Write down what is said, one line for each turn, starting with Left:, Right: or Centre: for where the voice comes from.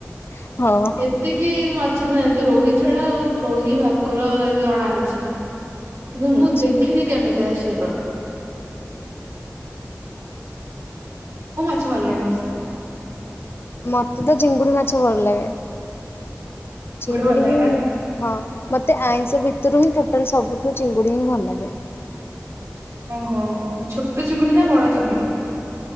Left: ହଁ।
Right: ଏତିକି ମାଛ ନାହା ଏ ରୋହି ଛଡା ଆଉ ରୋହି ଭାକୁର ଏ ଅଣା ଅଛି। କିନ୍ତୁ ମୁଁ
Left: ଆଛା
Right: ଦେଖିନି କେମିତିଆ ସିଏ ପ ଛ ଭଲ ଲାଗେ ବେସି
Left: ମୋତେ ତ ଚିଙ୍ଗୁଡି ମାଛ ଭଲ ଲାଗେ। ଚିଙ୍ଗୁଡି
Right: ଭଲ ଲାଗେ
Left: ବି
Right: ନା
Left: ହିଁ ମୋତେ ଆଇଁଷ ଭି ତ ରୁହି ଟୋଟାଲ ସବୁଠୁ ଚିଙ୍ଗୁଡି ହିଁ ଭଲ ଲାଗେ।
Right: ହୋ ଛୋଟ ଚିଙ୍ଗୁଡି ନା ବଡ଼ ଚିଙ୍ଗୁଡି?